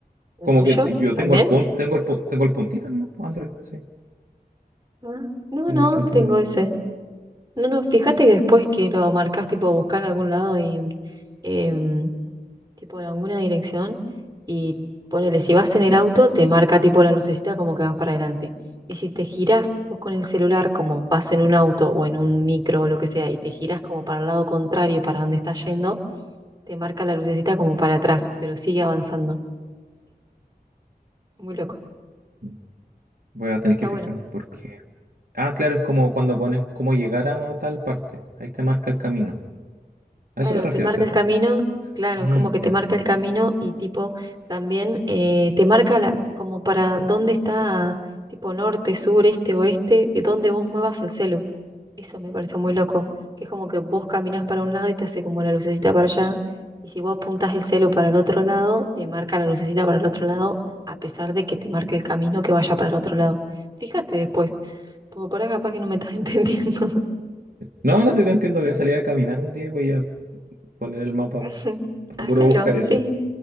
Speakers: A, on the right; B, on the right.
A: ¿El
B: Como
A: tuyo
B: que yo
A: también?
B: tengo el punto, tengo el pu- tengo el puntito, ¿no? Android, sí.
A: Ah, no,
B: Tengo
A: no,
B: el puntito,
A: tengo
B: ¿no?
A: ese. No, no, fíjate que después que lo marcas, tipo buscar en algún lado y em, tipo en alguna dirección y ponele, si vas en el auto, te marca tipo la lucecita como que vas para adelante. Y si te girás vos con el celular, como vas en un auto o en un micro o lo que sea, y te girás como para el lado contrario, para donde estás yendo, te marca la lucecita como para atrás, pero sigue avanzando. Muy loco.
B: Mm. Voy a tener
A: Está
B: que fijarme
A: bueno.
B: porque. Ah, claro, es como cuando pones cómo llegar a tal parte. Ahí te marca el camino. A
A: Claro,
B: eso te refieres,
A: te marca
B: ¿cierto?
A: el camino, claro,
B: Mm,
A: es como que
B: ya,
A: te marca
B: sí.
A: el camino y tipo también eh, te marca la, como para dónde está tipo norte, sur, este, oeste, y dónde vos muevas el celu. Eso me pareció muy loco, que es como que vos caminás para un lado y te hace como la lucecita para allá, y si vos apuntás el celu para el otro lado, te marca la lucecita para el otro lado, a pesar de que te marque el camino que vaya para el otro lado. Fíjate después, porque por ahí capaz que no me estás <laughs> entendiendo.
B: No, no sé si te entiendo. Voy a salir a caminar un día y voy a poner el mapa.
A: <laughs>
B: Procuro
A: Hacelo,
B: buscar eso.
A: sí,